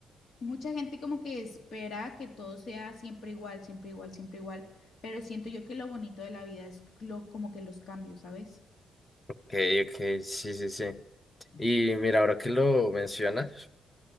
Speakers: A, on the left; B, on the left.
A: mucha gente como que espera que todo sea siempre igual, siempre igual, siempre igual, pero siento yo que lo bonito de la vida es lo, como que los cambios, ¿sabes?
B: ok, sí, sí, sí. Y mira, ahora que lo mencionas,